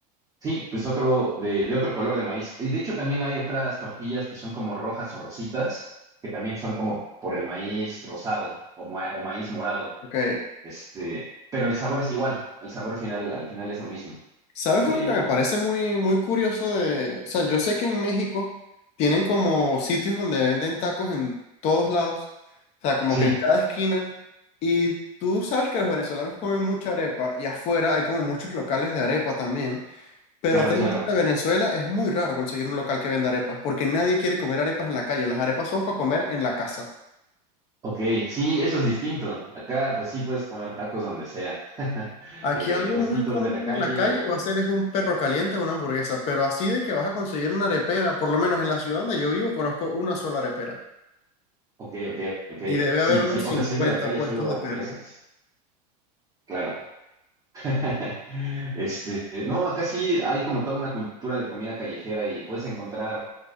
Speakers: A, on the right; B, on the left.
A: Sí, pues otro de, de otro color de maíz. Y de hecho también hay otras tortillas que son como rojas o rositas, que también son como por el maíz rosado o, ma- o maíz morado.
B: Ok,
A: Este, pero el sabor es igual, el sabor final, al final es lo mismo.
B: ¿sabes
A: Eh,
B: algo que me parece muy, muy curioso de, o sea, yo sé que en México tienen como sitios donde venden tacos en todos lados, o sea, como
A: sí,
B: que en cada esquina, y tú sabes que los venezolanos comen mucha arepa, y afuera hay como muchos locales de arepa también, pero
A: claro,
B: dentro
A: claro.
B: de Venezuela es muy raro conseguir un local que venda arepas, porque nadie quiere comer arepas en la calle, las arepas son para comer en la casa.
A: Ok, sí, eso es distinto. Acá, pues sí puedes comer tacos donde sea. <laughs>
B: Aquí
A: Eh,
B: algo
A: en puestitos
B: muy común
A: de la calle
B: en la calle
A: o...
B: va a ser es un perro caliente o una hamburguesa, pero así de que vas a conseguir una arepera, por lo menos en la ciudad donde yo vivo conozco una sola arepera
A: Ok, ok, ok.
B: y debe
A: Sí,
B: haber unos
A: sí, o
B: cincuenta
A: sea, si es de la calle,
B: puestos
A: solo
B: de
A: hamburguesas.
B: perro.
A: Claro. <laughs> Este, no, acá sí hay como toda una cultura de comida callejera y puedes encontrar